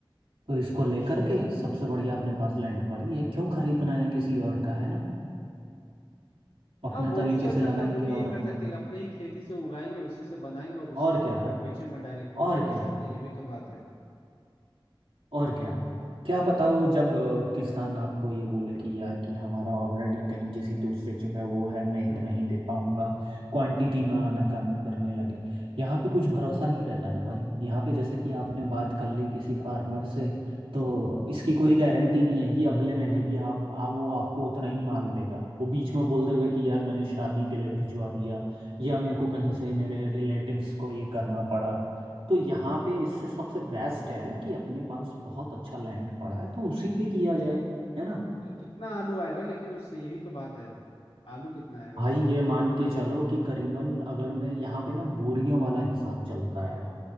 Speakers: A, on the right; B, on the left.
A: तो इसको
B: अच्छा
A: लेकर के सबसे बढ़िया अपने पास लैंड पड़ी है क्यों खरीदना है किसी और का है ना अपने
B: हाँ वो
A: तरीके
B: भी चल
A: से
B: सकता
A: लगाएंगे
B: है वो भी
A: और
B: एक
A: अपना
B: कर सकते हैं अपने ही खेती से उगाएंगे उसी से बनाएंगे और उससे
A: और क्या
B: प्रोडक्ट बेचेंगे डायरेक्ट
A: और
B: वो भी कर
A: क्या
B: सकते हैं ये भी तो बात है
A: और क्या क्या पता वो जब अ, किसान आपको ये बोले कि यार कि हमारा ऑलरेडी कहीं किसी दूसरे जगह वो है मैं इतना
B: हम्म
A: ही दे पाऊंगा क्वांटिटी में आनाकानी करने लगे यहाँ पे कुछ भरोसा नहीं रहता है ना भाई यहाँ पे जैसे कि आपने बात कर ली किसी फार्मर से तो इसकी कोई गारंटी नहीं है कि अगले महीने भी आप आ, वो आपको उतना ही माल देगा वो बीच में बोल देगा कि यार मैंने शादी के लिए भिजवा दिया या मेरे को कहीं से मेरे रिलेटिव्स को ये करना पड़ा तो यहाँ पे इससे सबसे बेस्ट है कि अपने पास बहुत अच्छा लैंड पड़ा है तो उसी पे किया जाए है ना
B: तो कितना आलू आएगा लेकिन उससे यही तो बात है आलू कितना आएगा
A: भाई
B: उससे
A: ये मान के चलो कि करीबन अगर मैं यहाँ पे ना बोरियों वाला हिसाब चलता है